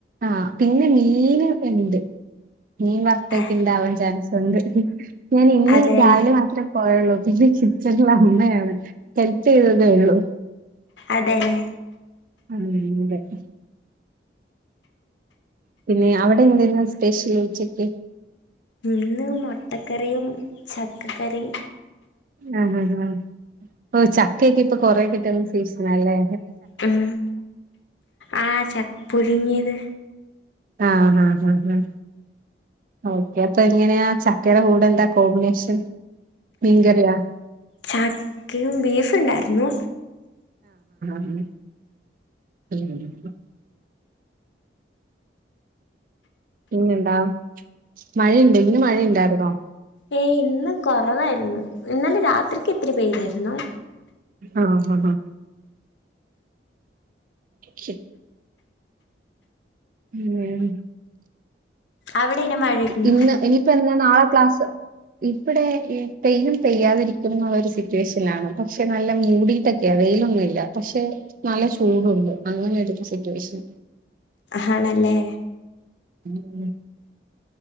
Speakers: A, on the right; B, on the left.
A: ആ പിന്നെ മീൻ ഉണ്ട് മീൻ വറുത്തെക്കെ
B: ആ
A: ഇണ്ടാവാൻ ചാൻസുണ്ട് ഞാൻ ഇന്ന്
B: അതെല്ലേ
A: രാവിലെ മാത്രമേ പോയള്ളൂ പിന്നെ <unintelligible> അമ്മയാണ് ചെയ്തതേയുള്ളൂ
B: അതേല്ലേ
A: <unintelligible> പിന്നെ അവിടെ എന്തന്ന് സ്പെഷ്യൽ ഉച്ചക്ക്
B: ഇന്ന് മുട്ടക്കറിയും ചക്കക്കറിയും
A: ആഹ് ആഹ് ആഹ് ഓ ചക്കയൊക്കെ ഇപ്പൊ കൊറേ കിട്ടുന്ന സീസണ അല്ലേ
B: ഉം ആ ചക്ക പുഴുങ്ങീത്
A: ആഹ് ആഹ് ആഹ് ഓക്കെ അപ്പൊ എങ്ങനെയാ ചക്കയുടെ കൂടെ എന്താ കോമ്പിനേഷൻ മീൻകറിയാ
B: ചക്കയും ബീഫ് ഉണ്ടായിരുന്നു
A: <inaudible> പിന്നെന്താ മഴയുണ്ട് ഇന്ന് മഴയുണ്ടായിരുന്നോ
B: ഏയ് ഇന്ന് കൊറവായിരുന്നു ഇന്നലെ രാത്രിക്ക് ഇത്തിരി പെയ്തായിരുന്നു
A: ആഹ് അഹ് ഹ ഉം
B: അവിടെ ഇങ്ങനെ മഴയുണ്ടോ
A: ഇന്ന് ഇനിയിപ്പ എന്നാ നാളെ ക്ലാസ് ഇവിടെ പെയ്യും പെയ്യാതിരിക്കുന്ന ഒരു സിറ്റുവേഷനിലാണ് പക്ഷെ നല്ല മൂടിട്ടക്കെയാ വെയിലൊന്നുമില്ല പക്ഷെ നല്ല ചൂടുണ്ട് അങ്ങനെരു സിറ്റുവേഷൻ
B: ആണല്ലേ
A: ഉം